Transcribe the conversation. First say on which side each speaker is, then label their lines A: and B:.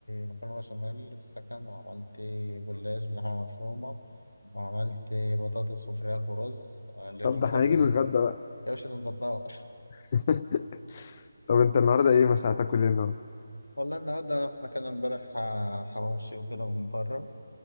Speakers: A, on the left (about 80°); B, on the left (about 30°).
A: مكرونة بشاميل في السكن وعملت جلاش باللحمة مفرومة وعملت بطاطس وفراخ ورز اللي
B: طب
A: في الفرن
B: ده احنا هنيجي نتغدى
A: دي
B: بقى
A: يا باشا ده انت تنور
B: <laughs> طب انت النهارده ايه مثلا هتاكل ايه النهارده
A: والله النهاردة احنا كان امبارح آه، حواوشي وكده من بره